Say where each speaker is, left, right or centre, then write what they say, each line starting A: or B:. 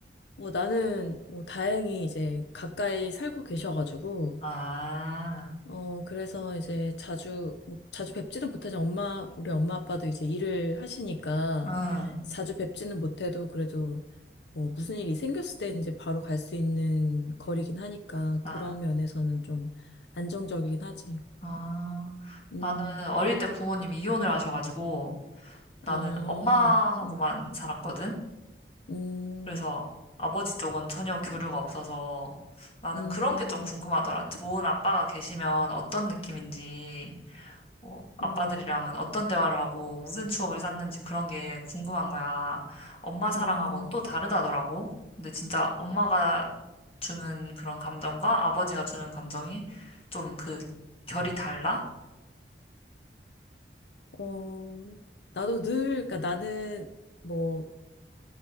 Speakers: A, on the left (about 75°); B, on the left (about 35°).
A: 뭐 나는 뭐 다행히 이제 가까이 살고 계셔가지고
B: 아,
A: 어 그래서 이제 자주 뭐 자주 뵙지는 못하지만 엄마 우리 엄마 아빠도 이제 일을 하시니까
B: 응.
A: 자주 뵙지는 못해도 그래도 뭐 무슨 일이 생겼을 때 이제 바로 갈 수 있는 거리긴 하니까
B: 아,
A: 그런 면에서는 좀 안정적이긴 하지.
B: 아.
A: 음.
B: 나는 어릴 때 부모님이 이혼을 하셔가지고 나는
A: 어.
B: 엄마하고만
A: 음.
B: 살았거든?
A: 음.
B: 그래서 아버지 쪽은 전혀 교류가 없어서 나는
A: 음.
B: 그런 게 좀 궁금하더라. 좋은 아빠가 계시면 어떤 느낌인지. 어, 아빠들이랑은
A: 음.
B: 어떤 대화를 하고 무슨 추억을 쌓는지 그런 게 궁금한 거야. 엄마 사랑하고는
A: 음.
B: 또 다르다더라고. 근데 진짜 엄마가 주는 그런 감정과 아버지가 주는 감정이 좀 그 결이 달라?
A: 어, 나도 늘, 그러니까 나는 뭐